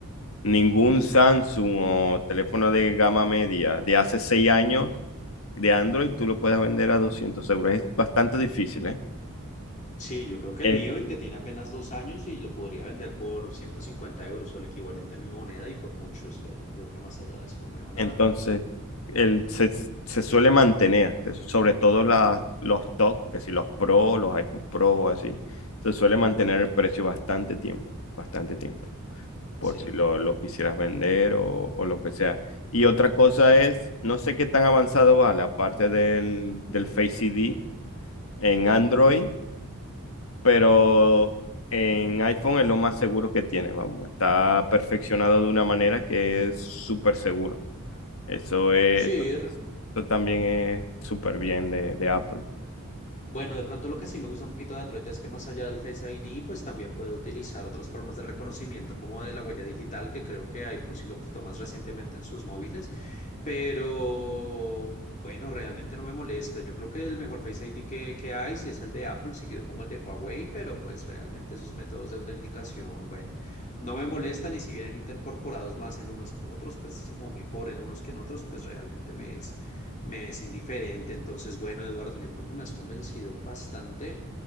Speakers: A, on the left; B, on the left.
A: ningún Samsung o teléfono de gama media de hace seis años de Android, tú lo puedes vender a doscientos. euros. Es bastante difícil, ¿eh?
B: Sí, yo creo que
A: Es-
B: el mío y que tiene apenas dos años y lo podría vender por 150 euros o el equivalente en mi moneda y por mucho, o sea, yo creo que más allá de eso no me van
A: entonces,
B: a dar nunca.
A: el, se, se suele mantener, se- sobre todo la- los top, que si los Pro, los iPhone Pro o así, se suele mantener el precio bastante tiempo, bastante tiempo, por
B: Sí.
A: si lo, lo quisieras vender o, o lo que sea. Y otra cosa es, no sé qué tan avanzado va la parte del, del Face ID en Android
B: ujú.
A: pero en iPhone es lo más seguro que tiene, vamos, está perfeccionado de una manera que es súper seguro. Eso es,
B: Sí,
A: esto,
B: r-
A: esto también es súper bien de, de Apple.
B: Bueno, de pronto lo que sí me gusta un poquito de Android es que más allá del Face ID, pues también puedo utilizar otras formas de reconocimiento como de la huella digital, que creo que iPhone sí lo quitó más recientemente en sus móviles, pero bueno, realmente no me molesta. Yo creo que el mejor Face ID que, que hay sí es el de Apple, seguido como el de Huawei, pero pues realmente esos métodos de autenticación, bueno, no me molestan y si vienen intercorporados más en unos que en otros, pues, o mejor en unos que en otros, pues realmente me es me es indiferente. Entonces, bueno, Eduardo, yo creo que me has convencido bastante